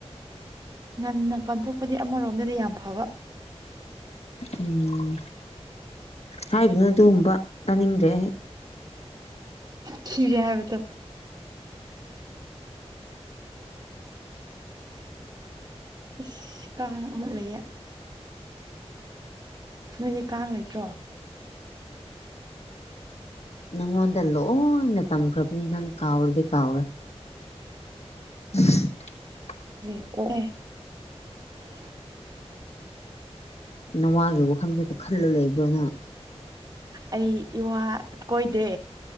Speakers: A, on the right (about 35°); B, on the left (about 70°).
A: ꯉꯟꯅ ꯄꯥꯟꯊꯣꯛꯄꯗꯤ ꯑꯃꯔꯣꯝꯗꯗꯤ ꯌꯥꯝ ꯐꯕ
B: ꯎꯝ ꯍꯥꯏꯒꯅꯨ ꯑꯗꯨꯒꯨꯝꯕ ꯇꯥꯅꯤꯡꯗ꯭ꯔꯦ
A: ꯈꯤꯔꯦ ꯍꯥꯏꯕ ꯇꯣ ꯏꯁꯁ ꯀꯥꯡ ꯑꯃꯨꯛ ꯂꯩꯌꯦ ꯅꯣꯏꯒꯤ ꯀꯥꯡ ꯂꯩꯇ꯭ꯔꯣ
B: ꯅꯪꯉꯣꯟꯗ ꯂꯣꯏꯅ ꯇꯝꯈ꯭ꯔꯕꯅꯤ ꯅꯪ ꯀꯥꯎꯔꯗꯤ ꯀꯥꯎꯔꯦ <unintelligible> <inaudible>
A: ꯦ <unintelligible> <inaudible>
B: ꯅꯋꯥꯒꯤ ꯋꯥꯈꯜ ꯈꯛꯇ ꯈꯜꯂ ꯂꯩꯕ꯭ꯔꯥꯅ
A: ꯑꯩ ꯏꯋꯥ ꯀꯣꯏꯗꯦ